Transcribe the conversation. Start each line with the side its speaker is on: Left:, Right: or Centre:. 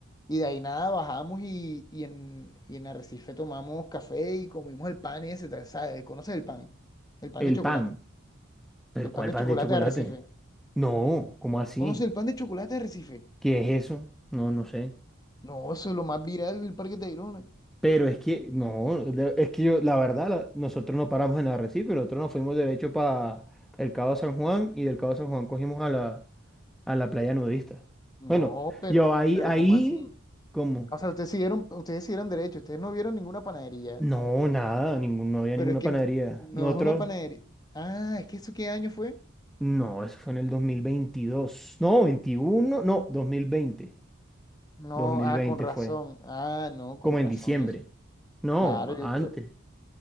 Left: Y de ahí nada, bajamos y, y en, y en Arrecife tomamos café y comimos el pan ese, tal, ¿sabes? ¿Conoces el pan? El pan
Centre: El
Left: de chocolate.
Centre: pan. ¿Pero
Left: El
Centre: cuál
Left: pan de
Centre: pan
Left: chocolate
Centre: de chocolate?
Left: de Arrecife.
Centre: No, ¿cómo así?
Left: ¿No conoces el pan de chocolate de Arrecife?
Centre: ¿Qué es eso? No, no sé.
Left: No, eso es lo más viral del Parque Tayrona.
Centre: Pero es que, no, de- es que yo, la verdad, la- nosotros no paramos en Arrecife, nosotros nos fuimos derecho para el Cabo San Juan y del Cabo San Juan cogimos a la, a la playa nudista.
Left: No,
Centre: Bueno,
Left: pero,
Centre: yo ahí,
Left: pero
Centre: ahí,
Left: ¿cómo así?
Centre: ¿cómo?
Left: O sea, ustedes siguieron, ustedes siguieron derecho, ustedes no vieron ninguna panadería,
Centre: No, nada, ningún, no había
Left: pero
Centre: ninguna
Left: es que
Centre: panadería.
Left: no, no
Centre: Nosotros,
Left: es una panadería. Ah, es que eso qué año fue?
Centre: no, eso fue en el 2022. No, 21, no, dos Dos mil veinte.
Left: No,
Centre: dos mil
Left: ah,
Centre: veinte
Left: con razón.
Centre: fue,
Left: Ah, no, con
Centre: como
Left: razón
Centre: en diciembre.
Left: eso.
Centre: No,
Left: Claro, yo
Centre: antes.
Left: creo.